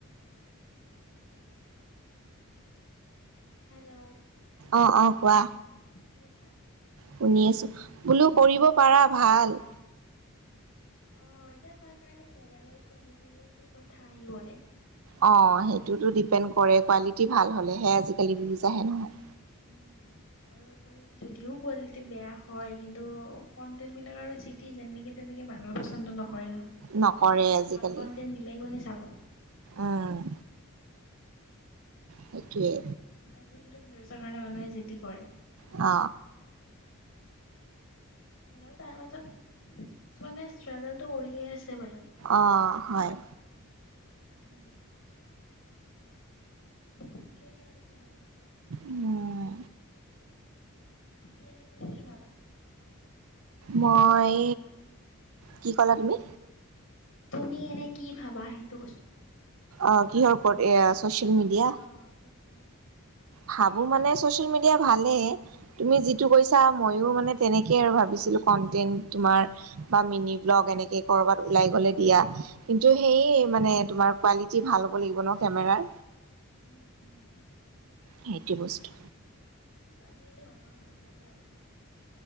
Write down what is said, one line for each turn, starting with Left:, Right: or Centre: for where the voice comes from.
Left: হক হেল্ল'
Right: অ অ কোৱা
Left: কি কৈছা।
Right: শুনি আছো বোলো কৰিব পাৰা ভাল।
Left: আহ এতিয়া তাৰ কাৰণে মোবাইলৰ কোৱালিটিৰো কথা আহি পৰে।
Right: অ সেইটোতো ডিপেণ্ড কৰে, কোৱালিটি ভাল হ'লেহে আজিকালি ভিয়িউজ আহে নহয়।
Left: উম। আৰু এইফালে যদিও কোৱালিটি বেয়া হয়। কিন্তু কণ্টেণ্ট বিলাক আৰু যিদি যেনেকে তেনেকে। মানুহ পচন্দ নকৰে নহয়।
Right: নকৰে আজিকালি
Left: ভাল কণ্টেণ্ট দিলেই কোনে চাব।
Right: উম সেইটোৱে
Left: আজিকালিতো ভিউজৰ কাৰণে মানুহে যিটি কৰে।
Right: অ,
Left: হ'লেও তাৰ মাজত কিছুমানে ষ্ট্ৰাগলটো কৰিয়ে আছে বাৰু।
Right: অ হয়।
Left: উম। তাকে আৰু তেনেকে।
Right: উম
Left: বাকী এনেই তুমি কি ভাবা।
Right: মই কি ক'লা তুমি।
Left: তুমি এনে কি ভাবা হেইটো কচু।
Right: অ কিহৰ ওপৰত এইও ছ'চিয়েল মিডিয়া।
Left: অ', চচিয়েল মিডিয়া
Right: ভাবো মানে চচিয়েল মিডিয়া ভালে। তুমি যিটো কৈছা ময়ো মানে তেনেকে আৰু ভাবিছো। কণ্টেণ্ট তোমাৰ বা মিনি ব্লগ এনেকে কৰ'বাত ওলাই গ'লে দিয়া। কিন্তু সেই এই মানে তোমাৰ কোৱালিটি ভাল হ'ব লাগিব ন কেমেৰাৰ।
Left: উম। উম।
Right: সেইটো বস্তু
Left: কিন্তু আজিকালি মানুহৰ হাতে হাতে আইফন।